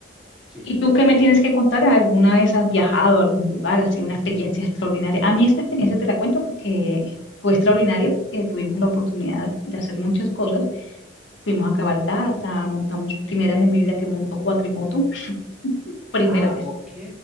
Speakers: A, in the centre; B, on the left.
A: Sí.
B: ¿Y tú qué me tienes que contar? ¿Alguna vez has viajado a algún lugar, así una experiencia extraordinaria? A mí esta experiencia te la cuento porque fue extraordinaria porque tuvimos la oportunidad de hacer muchas cosas. Fuimos a cabalgata, montamos primera vez en mi vida que monto cuatrimoto, <laughs> primera
A: Ah,
B: vez,
A: ok.